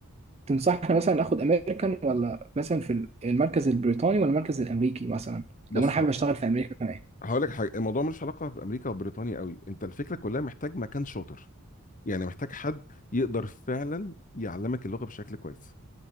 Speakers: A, on the right; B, on the left.
A: تنصحني مثلا اخد امريكان ولا مثلا في ال- المركز البريطاني ولا المركز الامريكي مثلا
B: بص
A: لو انا حابب
B: ه-
A: اشتغل في امريكا كمان
B: هقول لك حاجه الموضوع ملوش علاقه بامريكا وبريطانيا قوي انت الفكره كلها محتاج مكان شاطر يعني محتاج حد يقدر فعلا يعلمك اللغه بشكل كويس